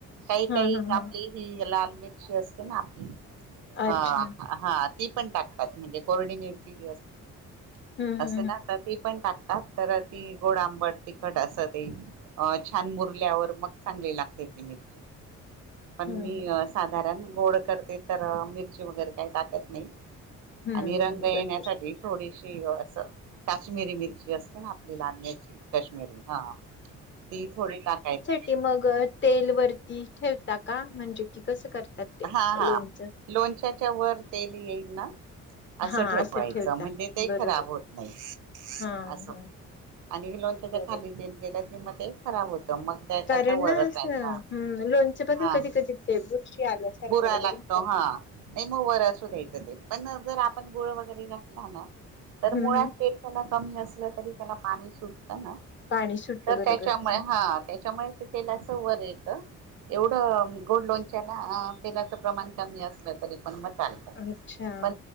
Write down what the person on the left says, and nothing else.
हा
हा हा
अच्छा
हम्
हम्म हम्म
हम्म
बरोबर
त मग तेल वरती ठेवता का म्हणजे कि कसं करतात ते
लोणचं.
हा
ठेवता
बरोबर
हा
हा
बरोबर.
कारण
ना असं
ह लोणचं बघा
कधी कधी ते श आल्यासारखं
वगैरे
हम्म
हम्म
पाणी सुटतं
बरोबर
अच्छा